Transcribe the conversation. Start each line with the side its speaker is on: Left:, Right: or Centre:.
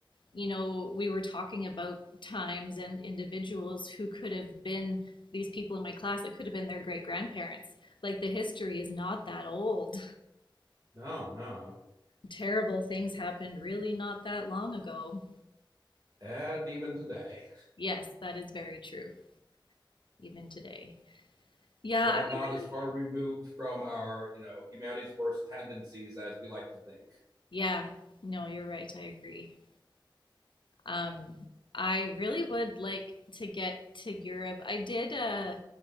Left: you know, we were talking about times and individuals who could have been these people in my class that could have been their great grandparents. Like the history is not that old.
Right: No, no,
Left: Terrible things happened really not that long ago.
Right: and even today,
Left: Yes, that is very true, even today. Yeah,
Right: yeah,
Left: I
Right: not
Left: would
Right: as
Left: really,
Right: far removed from our you know humanity's worst tendencies as we like to think.
Left: yeah, no, you're right. I agree. Um, I really would like to get to Europe. I did, uh,